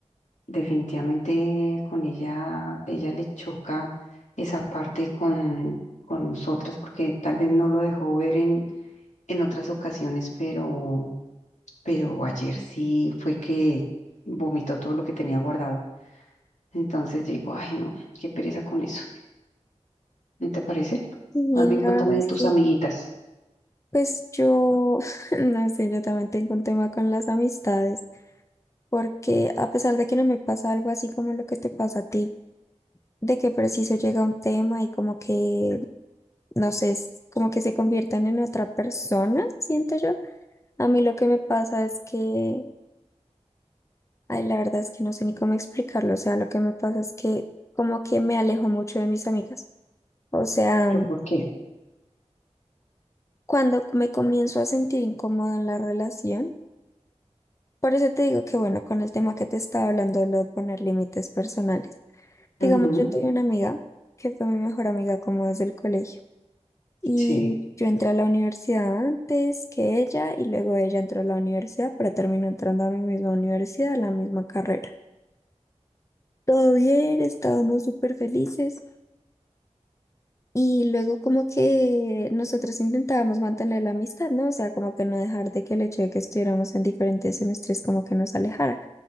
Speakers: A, on the left; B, on the left.
A: definitivamente con ella, ella le choca esa parte con, con nosotras, porque tal vez no lo dejó ver en, en otras ocasiones, pero pero ayer sí fue que vomitó todo lo que tenía guardado. Entonces digo, ay, no, qué pereza con eso. ¿No te parece?
B: Y
A: Más bien
B: la
A: cuéntame
B: verdad
A: de
B: es
A: tus
B: que
A: amiguitas.
B: pues yo, <laughs> no sé, yo también tengo un tema con las amistades, porque a pesar de que no me pasa algo así como lo que te pasa a ti, de que preciso llega un tema y como que, no sé, es como que se convierten en otra persona, siento yo. A mí lo que me pasa es que, ay, la verdad es que no sé ni cómo explicarlo, o sea, lo que me pasa es que como que me alejo mucho de mis amigas. O sea,
A: ¿Pero por qué?
B: cuando me comienzo a sentir incómoda en la relación, por eso te digo que, bueno, con el tema que te estaba hablando de lo de poner límites personales. Digamos,
A: Ujú,
B: yo tuve una amiga que fue mi mejor amiga como desde el colegio. Y
A: sí.
B: yo entré a la universidad antes que ella y luego ella entró a la universidad, pero terminó entrando a mi misma universidad, a la misma carrera. Todo bien, estábamos súper felices. Y luego como que nosotros intentábamos mantener la amistad, ¿no? O sea, como que no dejar de que el hecho de que estuviéramos en diferentes semestres como que nos alejara.